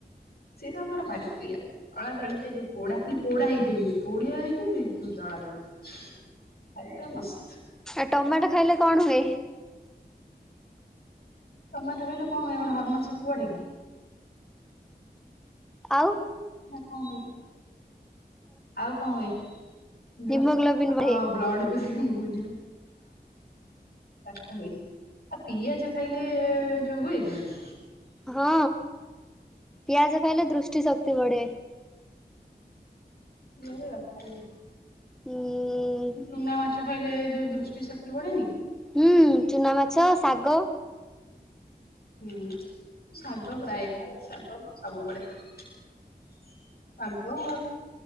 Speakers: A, on the left (about 65°); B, in the centre.
A: ସେଇଟା ଆମର ଭାରି ପ୍ରିୟା ଦଳା ଦଳି ଟା ପୋଡା ଖାଲି ପୋଡା ହେଇଥିବ କିନ୍ତୁ ପୋଡ଼ିଆ ହେଇକି ଦଳ ଦଳି ଖାଇବା ପୁରା ମସ୍ତ।
B: ଆଉ ଟମାଟୋ ଖାଇଲେ କଣ ହୁଏ?
A: ଟମାଟୋ କହିଲେ କଣ ହୁଏ ହରମୋନ ଶକ୍ତି ବଢ଼େ କି?
B: ଆଉ
A: ନା କଣ ହୁଏ? ଆଉ କଣ ହୁଏ ହଁ ବ୍ଳ
B: ହିମୋଗ୍ଲୋବିନ୍ ବଢେ।
A: ବ୍ଲଡ ହୁଏ। ହୁଁ ଘୁଞ୍ଚନୁ ହଁ <unintelligible> ହୁଏ ଆଉ ପିଆଜ ଖାଇଲେ ଯୋଉ ହୁଏ କୁଆଡେ?
B: ହଁ ପିଆଜ ଖାଇଲେ ଦୃଷ୍ଟି ଶକ୍ତି ବଢେ।
A: ଯବେ ବାକାରି
B: ଉଁ
A: ଚୁନା ମାଛ ଖାଇଲେ ଯୋଉ ଦୃଷ୍ଟି ଶକ୍ତି ବଢେନି?
B: ହୁଁ ଚୁନା ମାଛ ଶାଗ
A: ହୁଁ ଶାଗ ପ୍ରାୟ ଖାଏ ଶାଗ ମୋର ସବୁବେଳେ ଶାଗ